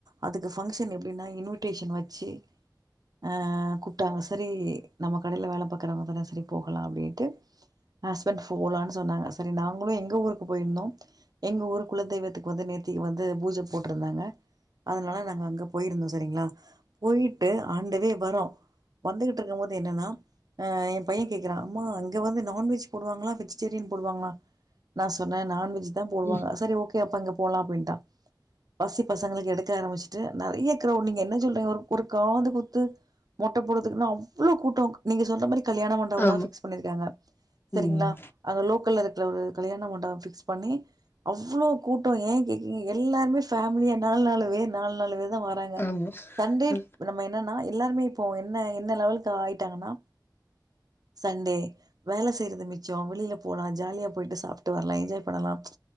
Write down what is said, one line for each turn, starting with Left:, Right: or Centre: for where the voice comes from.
Right: அதுக்கு ஃபங்க்ஷன் எப்டீனா இன்விட்டேஷன் வச்சு அஹ் கூப்டாங்க. செரீ நம்ம கடைல வேல பாக்கறவங்க தான சேரி போகலா அப்டீன் ட்டு ஹஸ்பன் ஃபோலானு சொன்னாங்க. செரி நாங்களூ எங்க ஊருக்கு போய்ருந்தோ. எங்க ஊரு குல தெய்வத்துக்கு வந்து நேத்தி வந்து பூஜ போட்ருந்தாங்க. அதனால நாங்க அங்க போயிருந்தோ சரிங்ளா. போயிட்டு ஆன் த வே வரோ வந்துகிட்டு இருக்கும்போது என்னன்னா அ என் பையன் கேட்கிறா அம்மா ங்க வந்து நான்வெஜ் போடுவாங்ளா? வெஜிடேரியன் போடுவாங்ளா? நா சொன்ன நான்வெஜ் இதா போடுவாங்க
Left: ம்.
Right: சரி ஓக் கேப்பாங்க போலா அப்டீன்டா பசி பசங்களுக்கு எடுக்க ஆரம்பிச்ட்டு நறைய கிரவுட் நீங்க என்னச் சொல்றீங்க ஓர் ஒரு காது குத்து மொட்ட போட்றதுக்குனா அவ்ளோ கூட்டோ நீங்க சொல்ற மாரி கல்யாணமண்டபதா
Left: ஆமா.
Right: ஃபிக்ஸ் பண்ணிருக்காங்க. சரிங்களா
Left: ம்.
Right: அங்க லோக்கல்ல இருக் ட்ல ஒரு கல்யாண மண்டபோ ஃபிக்ஸ் பண்ணி அவ்ளோ கூட்டோ ஏ கேகீ எல்லார்மே ஃபேம்லியா நாலு நாலு வே நாலு நாலு வே த வாராங்க
Left: ஆமா.
Right: சண்டே
Left: அ
Right: நம்ம என்னன்னா எல்லார்மே போ என்ன என்ன லெவல்க்கு ஆய்ட்டாங்கனா சண்டே வேல செய்றது மிச்சோ வெளில போலா ஜாலியா போய்ட்டு சாப்ட்டு வர்லா என்ஜாய் பண்ணலா ம்ச்